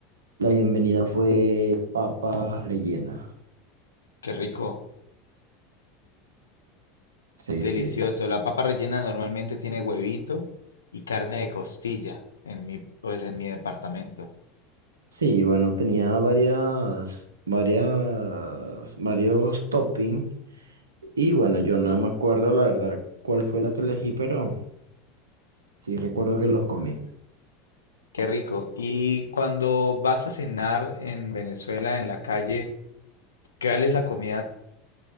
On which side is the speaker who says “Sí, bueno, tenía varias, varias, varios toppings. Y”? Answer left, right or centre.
Right